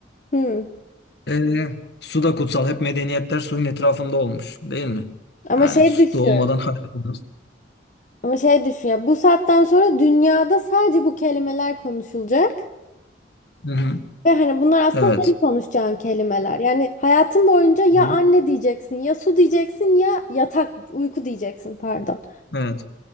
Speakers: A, on the left; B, on the left.
A: Hmm.
B: E, su da kutsal. Hep medeniyetler suyun etrafında olmuş, değil mi?
A: Ama
B: Yani
A: şey
B: su
A: düşün.
B: olmadan hayat olmaz.
A: Ama şey düşün ya. Bu saatten sonra dünyada sadece bu kelimeler konuşulacak.
B: Hı hı.
A: Ve hani bunlar aslında
B: Evet.
A: senin konuşacağın kelimeler. Yani hayatın boyunca ya
B: Hı.
A: anne diyeceksin, ya su diyeceksin, ya yatak, uyku diyeceksin pardon.
B: Evet.